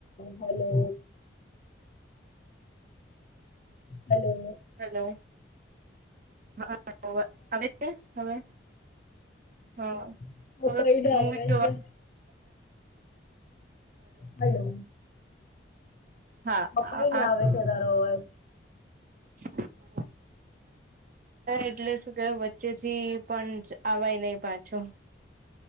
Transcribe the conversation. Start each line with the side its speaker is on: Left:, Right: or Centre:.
Left: હલો. હલો.
Right: હલો હા અવાજ આવે છે હવે. હા
Left: છે.
Right: હવે
Left: પપૈડા
Right: મવી
Left: આવે
Right: જોવા.
Left: છે. હલો
Right: હા
Left: કપાઈને
Right: આ
Left: આવે છે તારો અવાજ.
Right: હા. એટલે શું કે વચ્ચેથી પણ આય નહ પાછો.